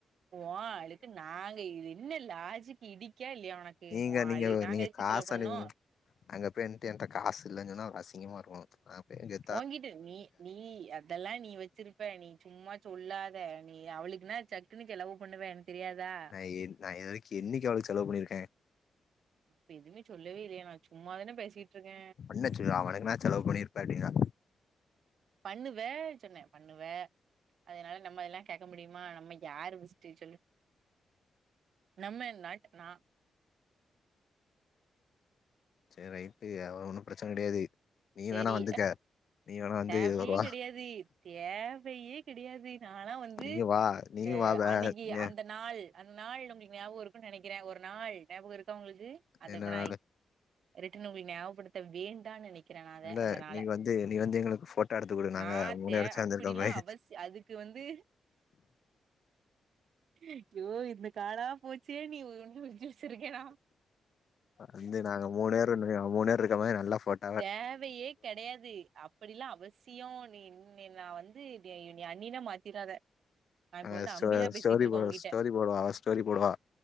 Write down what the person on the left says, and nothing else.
நீங்க
நீங்க
நீங்க
காசு
அனுப்புங்க அங்க பேயி நின்ட்டு என்ட்ட காசு இல்ல சொன்னா அப்ற அரசிங்கமா இருக்கு அதா அப்டியே கெத்
ஏ நா எதுவரைக்கு என்னைக்கு அவளுக்கு செலவு பண்ணிருக்க
என்ன சொ அவளுக்குனா செலவு பண்ணிருப்ப அப்டிகா
சரி ரைட்டு அவ ஒன்னு பிரச்சன கெடையாது நீ
வேணா வந்துக்க நீ வேணா வந்து
ஒரு வா
நீ வா நீ
வா வே
ஏ
என்னனாலு
இல்ல
நீ வந்து நீ வந்து எங்களுக்கு ஃபோட்டோ எடுத்து குடு
நாங்க
மூணு பேரு சேந்திருக்க
மாரி
வந்து நாங்க மூணு பேரு மூணு வெர இருக்கமாரி நல்லா பட்
ஆ
ஸ்டோ
ஸ்டோரி
போ
ஸ்டோரி போடுவா அவ ஸ்டோரி போடுவா